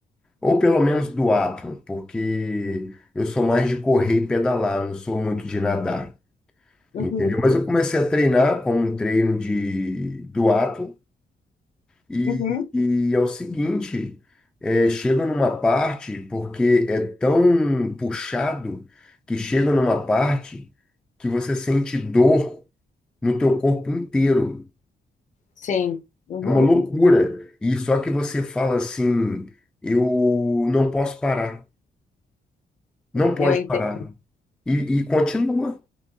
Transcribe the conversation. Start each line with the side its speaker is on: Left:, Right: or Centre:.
Centre: ou pelo menos duatlo, porque eu sou mais de correr e pedalar, não sou muito de nadar,
Left: Uhum,
Centre: entendeu? Mas eu comecei a treinar como um treino de duatlo e,
Left: uhum.
Centre: e é o seguinte, é, chega numa parte, porque é tão puxado, que chega numa parte que você sente dor no teu corpo inteiro.
Left: Sim, uhum,
Centre: É uma loucura. E só que você fala assim, eu não posso parar, não pode
Left: eu entendo.
Centre: parar. E, e continua.